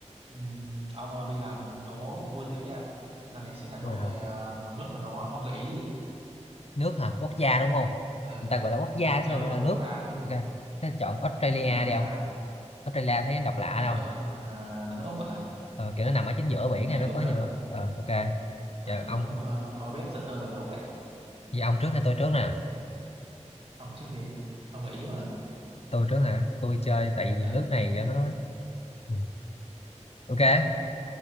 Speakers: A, on the right (about 50°); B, on the left (about 55°).
A: Ừm, ông ơi bây giờ mình đố vui tiếp nha lần này sẽ là đố
B: Rồi hả?
A: về à, một nước nào đó ông gợi ý đi
B: Nước hả? Quốc gia đúng không?
A: ừ
B: Người ta gọi là quốc gia sao
A: ừ đúng
B: gọi
A: rồi
B: là nước?
A: quốc gia chứ
B: Ok. Thế chọn Australia
A: ừ thì quốc
B: đi không?
A: gia
B: Australia thấy nó độc lạ
A: là
B: đâu.
A: nước à, là nước Úc á hả
B: Ờ, kiểu nó nằm ở chính giữa
A: ừ,
B: biển này
A: thế
B: nó
A: cũng
B: có
A: được
B: nhiều ờ, ok.
A: ừ,
B: Giờ ông
A: tôi cũng à, có biết sơ sơ về Úc ấy
B: giờ ông trước hay tôi trước nè?
A: ông trước đi ông gợi ý mà
B: Tôi trước hả? Tôi chơi tại vì
A: ừ
B: nước này kiểu nó Ừ. ok.